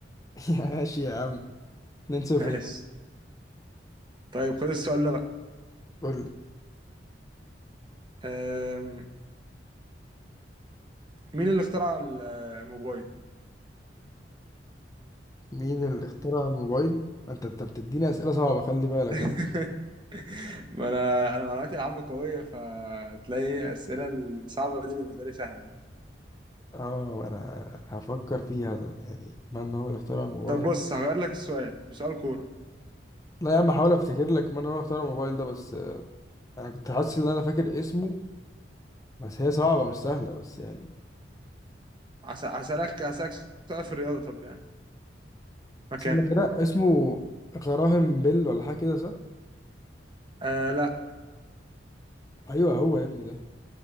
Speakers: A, on the left (about 20°); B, on the right (about 25°).
A: <laughs> ماشي يا عم 2 0
B: ماشي طيب خد السؤال ده بقى
A: قول لي
B: أم... مين اللي اخترع الموبايل؟
A: مين اللي اخترع الموبايل؟ أنت أنت بتديني أسئلة صعبة خلي بالك
B: <laughs> ما انا انا معلوماتي العامة قوية فتلاقي الأسئلة الصعبة دي بالنسبة لي سهلة يعني
A: اه وانا هفكر فيها ده يعني من هو اللي اخترع الموبايل
B: طب بص هغير لك السؤال بسؤال كورة
A: لا يا عم هحاول افتكر لك من هو اللي اخترع الموبايل ده بس آه، انا كنت حاسس ان انا فاكر اسمه بس هي صعبة مش سهلة بس يعني
B: هس- هسألك هسألك سؤال في الرياضة طب يعني مكانه
A: استنى كده اسمه غراهم بيل ولا حاجه كده صح
B: آه لا
A: ايوه هو يا ابني ده